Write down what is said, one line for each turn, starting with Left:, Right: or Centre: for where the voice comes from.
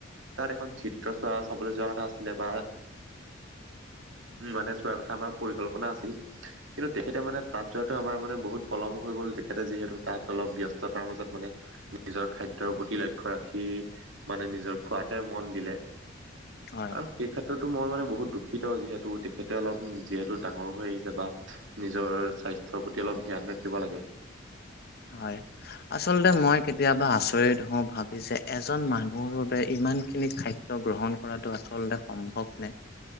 Right: তাত এখন চিত্ৰ চোৱা চাবলৈ যোৱা কথা আছিলে বা
Left: <inaudible>
Right: মানে চোৱাৰ কথা আমাৰ পৰিকল্পনা আছিল। কিন্তু তেখেতে মানে তাত যোৱাটো আমাৰ মানে বহুত পলম হৈ গ'ল, তেখেতে যিহেতু তাত অলপ ব্যস্ততাৰ মাজত মানে নিজৰ খাদ্যৰ প্ৰতি লক্ষ্য ৰাখি, মানে নিজৰ খোৱাতে মন দিলে।
Left: হয়,
Right: আৰু সেই ক্ষেত্ৰতো মই মানে বহুত দুখিত, যিহেতু তেখেতে অলপ উ যিহেতু ডাঙৰ হৈ আহিছে বা নিজৰ স্বাস্থ্যৰ প্ৰতি অলপ ধ্যান ৰাখিব লাগে।
Left: হয়। আচলতে মই কেতিয়াবা আচৰিত হওঁ ভাবি যে এজন মানুহৰ বাবে ইমানখিনি খা দ্য গ্ৰহণ কৰাটো আচলতে সম্ভৱ নে?